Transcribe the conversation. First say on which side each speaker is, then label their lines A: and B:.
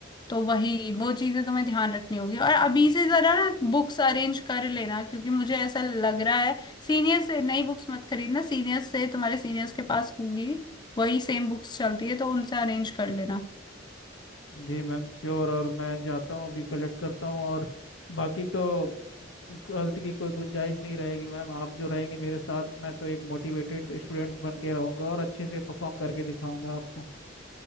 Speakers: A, on the left; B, on the left.
A: तो वही वो चीजें तुम्हें ध्यान रखनी होगी और अभी से जरा ना बुक्स अरेंज कर लेना क्योंकि मुझे ऐसा लग रहा है सीनियर से नई बुक्स मत खरीदना सीनियर्स से तुम्हारे सीनियर्स के पास होंगी वही सेम बुक्स चलती है तो उनसे अरेंज कर लेना
B: जी मैम श्योर और मैं जाता हूँ अभी कलेक्ट करता हूँ और बाकी तो गलती की कोई गुंजाइश नहीं रहेगी मैम आप जो रहेंगे मेरे साथ मैं तो एक मोटिवेटेड स्टूडेंट बन के रहूँगा और अच्छे से परफॉर्म करके दिखाऊंगा आपको